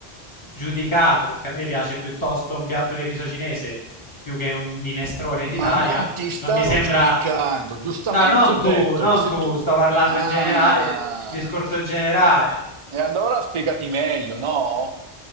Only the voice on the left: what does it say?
giudicato, perché a me piace piuttosto un piatto di riso cinese più che un minestrone in Italia,
non mi sembra...
No, non
tu,
non
tu,
sto parlando
in generale, il discorso generale.